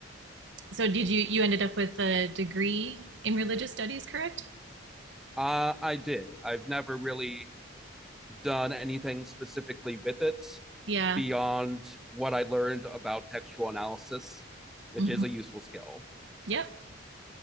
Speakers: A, on the right; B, in the centre.
A: so did you you ended up with a degree in religious studies, correct?
B: Uh, I did. I've never really done anything specifically with it
A: Yeah.
B: beyond what I learned about textual analysis, which
A: hmm
B: is a useful skill.
A: Yep.